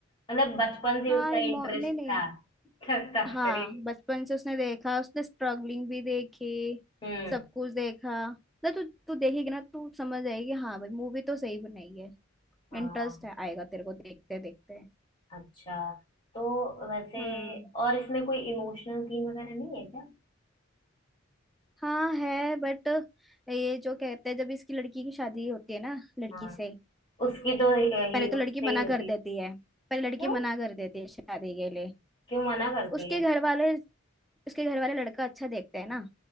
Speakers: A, on the left; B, in the centre.
A: मतलब बचपन से
B: हाँ
A: उसका
B: ये मौ-
A: इंटरेस्ट
B: नहीं नहीं
A: था <laughs> त- तस्करी
B: हाँ बचपन से उसने देखा उसने स्ट्रगलिंग भी देखी
A: हम्म
B: सब कुछ देखा मतलब तू तू देखेगी ना तू समझ जाएगी हाँ भाई मूवी तो सही बनाई है
A: हाँ
B: इंटरेस्ट है आएगा तेरे को देखते देखते
A: अच्छा तो वैसे
B: हम्म
A: और इसमें कोई इमोशनल सीन वगैरह नहीं है क्या
B: हाँ है बट ये जो कहते हैं जब इसकी लड़की की शादी होती है ना लड़की
A: हाँ
B: से
A: उसकी तो हीरो
B: पहले तो लड़की
A: से
B: मना
A: ही होती
B: कर देती है
A: क्यों
B: पहले लड़की मना कर देती है शादी के लिए
A: क्यों मना करती
B: उसके
A: है
B: घर वाले उसके घर वाले लड़का अच्छा देखते हैं ना